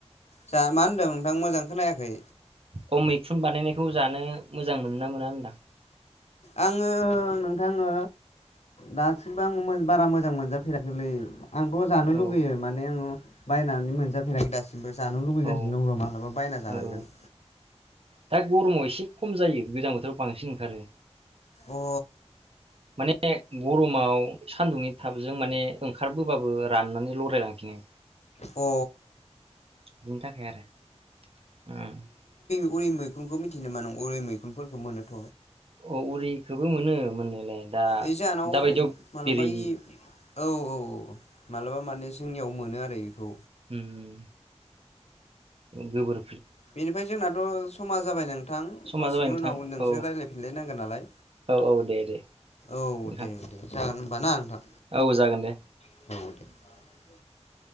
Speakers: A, on the left (about 70°); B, on the right (about 55°).
A: जा मा होनदों नोंथां मोजां खोनायाखै
B: खम मैखुन बानायनायखौ जानो मोजां मोनो ना मोना होनदां
A: आङो नोंथाङो दासिमबो आङो बारा मोजां मोनजाफेराखैलै आंथ' जानो
B: औ
A: लुगैयो माने आङो बायनानै मोनजाफैनायाखै दासिमबो जानो लुुबैगासिनो
B: औ
A: दं र' मालाबा बायना जानांगोन
B: औ दा गरमाव एसे खम जायो गोजां बोथोराव बांसिन ओंखारो
A: अ
B: माने गरमाव सान्दुंनि थापजों माने ओंखारबोबाबो राननानै लरायायलांफिनो
A: अ
B: <unintelligible> आरो
A: उरै मैखुनखौ मिथिनो मा नों उरै मैखुनफोरखौ मोनोथ
B: औ उरिखौबो मोनो मोने दा
A: ओइ जाहानाव
B: दा बायदियाव
A: मालाबा
B: सिखिरि
A: इ औ औ औ मालाबा माने जोंनियाव मोनो आरो बेखौ
B: उम गोबोर
A: बेनिफ्राय जोंनाथ' समा जाबाय नों नोंथां
B: समा
A: दसेनि
B: जाबाय नोंथां
A: उनाव नोंसो
B: औ
A: रायजलायफिनलायनांगोन नालाय
B: औ औ दे दे
A: औ
B: नोंथां
A: दे दे जागोन बाना नोंथां
B: औ जागोन दे
A: <unintelligible>